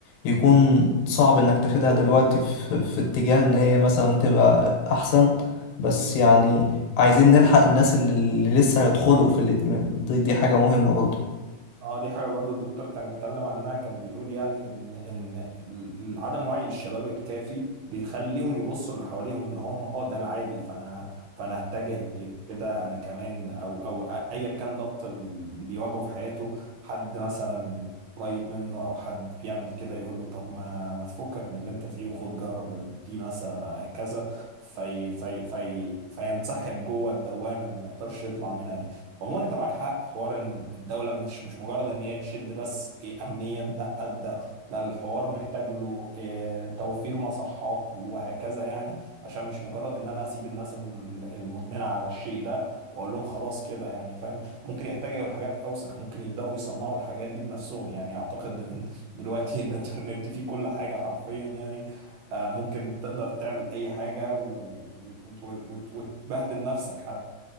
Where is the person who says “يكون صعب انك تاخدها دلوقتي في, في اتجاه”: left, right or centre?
Left